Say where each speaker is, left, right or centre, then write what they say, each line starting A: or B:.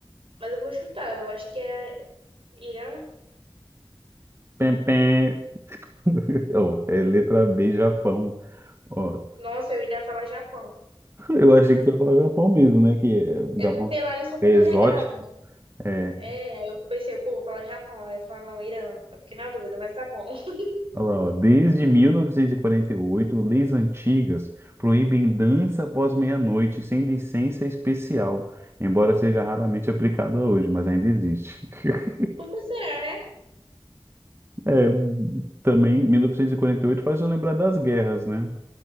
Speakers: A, on the right; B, on the right.
A: Mas eu vou chutar. Eu acho que é Irã.
B: Pem, pem. <laughs> Ó, é letra B, Japão. Ó,
A: Nossa, eu ainda ia falar Japão.
B: Eu achei que tu ia falar Japão mesmo, né? Que é, o
A: É
B: Japão
A: porque lá eles são muito
B: é exótico.
A: regrados, né?
B: É.
A: É, aí eu pensei, pô, vou falar Japão. Aí eu falo, não, Irã. Eu fiquei na dúvida, mas tá bom. <laughs>
B: Olha lá, ó. Desde 1948, leis antigas proíbem dança após meia-noite sem licença especial, embora seja raramente aplicada hoje, mas ainda existe. <laughs>
A: Por que será, né?
B: É, também 1948 faz eu lembrar das guerras, né?